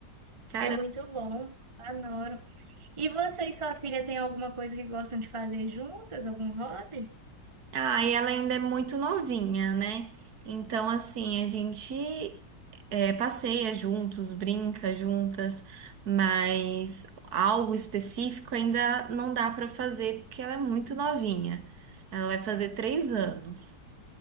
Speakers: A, on the right; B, on the right.
A: Cara,
B: É muito bom. Adoro. E você e sua filha têm alguma coisa que gostam de fazer juntas? Algum hobby?
A: ah, e ela ainda é muito novinha, né? Então, assim, a gente é, passeia juntos, brinca juntas, mas algo específico ainda não dá pra fazer porque ela é muito novinha. Ela vai fazer três anos.